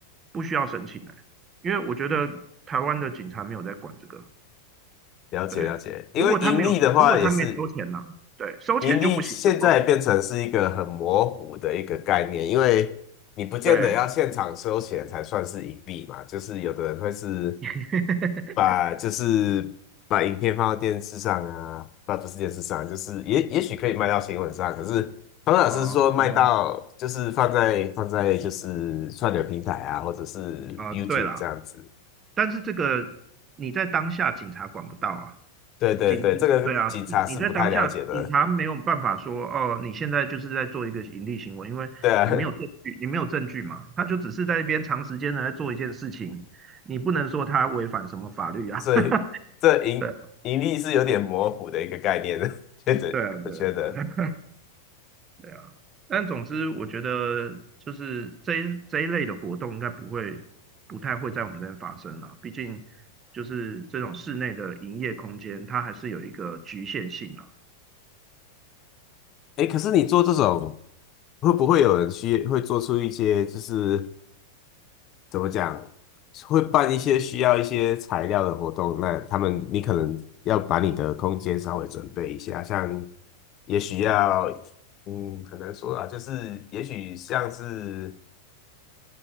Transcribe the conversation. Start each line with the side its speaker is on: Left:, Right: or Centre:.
Right: 不需要申请的，因为我觉得台湾的警察没有在管这个。
Left: 了解了解，
Right: 对，
Left: 因为盈利的话也是
Right: 如果他没有，如果他没收钱呢、对，收钱就不行。
Left: 盈利现在变成是一个很模糊的一个概念，
Right: 如果
Left: 因为你不见得要现场收钱才算是盈利嘛，
Right: 对，
Left: 就是有的人会是
Right: <laughs>
Left: 把就是把影片放到电视上啊，不不是电视上，就是也也许可以卖到新闻上，可是方老师说卖到就是放在放在就是串流平台啊，
Right: 哦哦
Left: 或者是
Right: 啊，
Left: YouTube
Right: 对啦。
Left: 这样子，
Right: 但是这个你在当下警察管不到啊，
Left: 对对对，
Right: 警对啊，
Left: 这个警察是不太了解的，
Right: 你你在当下警察没有办法说哦，你现在就是在做一个盈利行为，因为你没有证据，
Left: 对啊，
Right: 你没有证据嘛，他就只是在那边长时间的在做一件事情，你不能说他违反什么法律啊，
Left: 所以这盈盈利是有点模糊的一个概念的，
Right: <laughs> 对啊
Left: <laughs> 觉得我觉得。
Right: 对啊对啊对啊对啊，但总之我觉得就是这一这一类的活动应该不会不太会在我们这边发生了，毕竟就是这种室内的营业空间，它还是有一个局限性啊。
Left: 哎，可是你做这种，会不会有人需会做出一些就是怎么讲，会办一些需要一些材料的活动？那他们你可能要把你的空间稍微准备一下，像也许要，嗯，很难说啊，就是也许像是